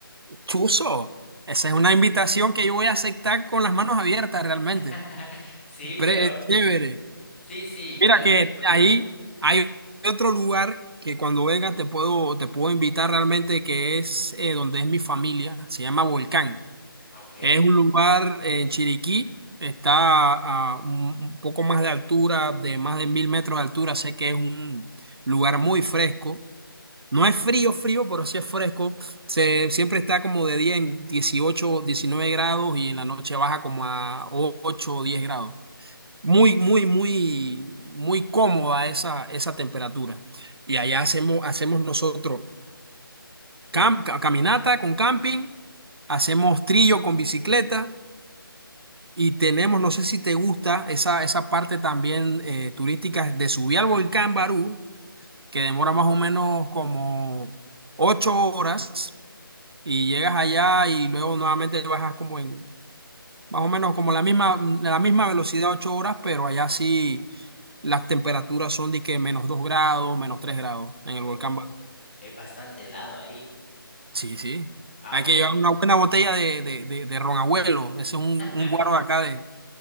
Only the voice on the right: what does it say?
Chuzo, esa es una invitación que yo voy a aceptar con las manos abiertas realmente.
Pre-
chévere.
Mira que
ahí
hay otro lugar que cuando vengas te puedo, te puedo invitar realmente que es eh, donde es mi familia, se llama Volcán.
Es un lugar eh, en Chiriquí, está a un, un poco más de altura, de más de mil metros de altura, sé que es un lugar muy fresco. No es frío, frío, pero sí es fresco. Se, siempre está como de día en 18, 19 grados y en la noche baja como a 8 o 10 grados muy, muy, muy, muy cómoda esa, esa temperatura. Y allá hacemos, hacemos nosotros cam- ca- caminata con camping, hacemos trillo con bicicleta y tenemos, no sé si te gusta, esa, esa parte también eh, turística de subir al volcán Barú, que demora más o menos como ocho horas y llegas allá y luego nuevamente bajas como en... Más o menos como la misma, la misma velocidad, ocho horas, pero allá sí, las temperaturas son de que menos 2 grados, menos 3 grados en el
volcán Barú.
Sí, sí.
Hay
que llevar una buena botella de, de, de, de ron abuelo. Ese es
un, un guaro de acá de,